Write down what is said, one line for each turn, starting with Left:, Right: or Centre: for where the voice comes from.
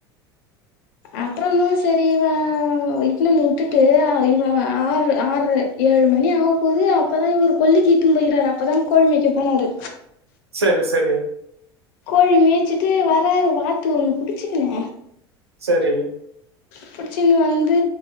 Left: அப்பறந்தா சரி இவ இட்னு வந்து விட்டுட்டு இவ ஆறு ஆற ஏழு மணி ஆக போது அப்பதா இவர் கொல்லிக்கு இட்டு போயகிறாரு அப்பதா கோழிமைக்கு போனாரு
Right: சரி சரி
Left: கோழி மேய்ச்சுட்டு வராரு வாத்து ஒண்ணு புடிச்சக்குனு
Right: சரி
Left: பிடிச்சின்னு வந்து